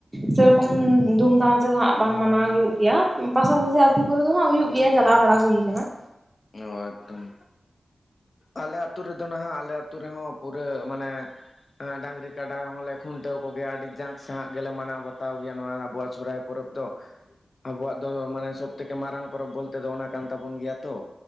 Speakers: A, on the right (about 25°); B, on the left (about 55°).
A: ᱥᱮᱨᱚᱠᱚᱢ ᱫᱷᱩᱢ ᱫᱷᱟᱢ ᱟᱛᱮ ᱫᱚ ᱦᱟᱸᱜ ᱵᱟᱝ ᱢᱟᱱᱟᱣ ᱦᱩᱭᱩᱜ ᱜᱮᱭᱟ, ᱯᱟᱥᱟᱯᱟᱥᱤ ᱟᱹᱛᱩ ᱠᱚᱨᱮ ᱫᱚ ᱦᱟᱸᱜ ᱦᱩᱭᱩᱜ ᱜᱮᱭᱟ ᱪᱟᱞᱟᱣ ᱵᱟᱲᱟ ᱦᱩᱭ ᱠᱟᱱᱟ᱾
B: ᱱᱚᱶᱟ ᱮᱠᱫᱚᱢ ᱟᱞᱮ ᱟᱹᱛᱩ ᱨᱮᱫᱚ ᱱᱟᱦᱟᱜ ᱟᱞᱮ <unintelligible> ᱦᱚᱸ ᱯᱩᱨᱟᱹ ᱢᱟᱱᱮ ᱮᱸ ᱰᱟᱝᱨᱤ ᱠᱟᱰᱟ ᱦᱚᱸᱞᱮ ᱠᱷᱩᱱᱴᱟᱹᱣ ᱠᱚᱜᱮᱭᱟ ᱟᱹᱰᱤ ᱡᱟᱸᱠ ᱥᱟᱸᱦᱟᱜ ᱜᱮᱞᱮ ᱢᱟᱱᱟᱣ ᱵᱟᱛᱟᱣ ᱜᱮᱭᱟ ᱱᱚᱣᱟ ᱟᱵᱚᱣᱟᱜ ᱥᱚᱦᱨᱟᱭ ᱯᱚᱨᱚᱵᱽ ᱫᱚ ᱟᱵᱚᱣᱟᱜ ᱫᱚ ᱢᱟᱱᱮ ᱥᱚᱵ ᱛᱷᱮᱠᱮ ᱢᱟᱨᱟᱝ ᱯᱚᱨᱚᱵᱽ ᱵᱚᱞᱛᱮ ᱫᱚ ᱚᱱᱟ ᱠᱟᱱ ᱛᱟᱵᱚᱱ ᱜᱮᱭᱟ ᱛᱚ᱾